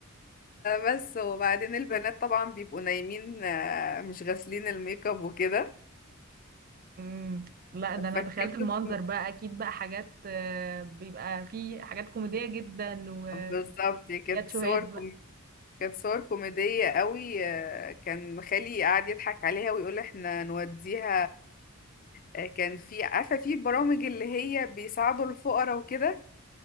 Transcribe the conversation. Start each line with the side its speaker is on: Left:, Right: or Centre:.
Left: بس وبعدين البنات طبعا بيبقوا نايمين آه، مش غاسلين الميك اب وكده
Right: امم لا ده انا
Left: فكانت
Right: تخيلت المنظر بقى اكيد بقى حاجات آه، بيبقى فيه حاجات كوميدية جدا وياد
Left: بالظبط كانت
Right: شوهاد
Left: صور كوم-
Right: بقى
Left: كانت صور كوميدية قوي آه، كان خالي قاعد يضحك عليها ويقول احنا نوديها آه، كان في عارفة في برامج اللي هي بيساعدوا الفقراء وكده